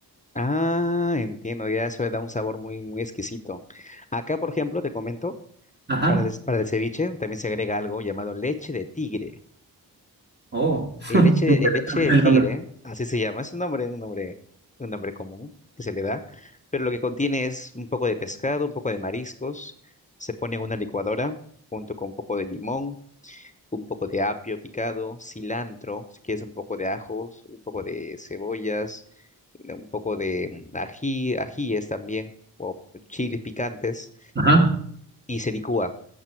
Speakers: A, on the left; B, on the right.
A: Ah, entiendo, ya eso le da un sabor muy, muy exquisito. Acá, por ejemplo, te comento,
B: Ajá.
A: para el, para el ceviche también se agrega algo llamado leche de tigre.
B: Oh.
A: El leche, el leche
B: <laughs>
A: de tigre, así se llama, es un nombre, un nombre, un nombre común que se le da, pero lo que contiene es un poco de pescado, un poco de mariscos, se pone en una licuadora junto con un poco de limón, un poco de apio picado, cilantro, si quieres un poco de ajos, un poco de cebollas, un poco de mm, ají, ajíes también, o chiles picantes,
B: Ajá.
A: y se licúa.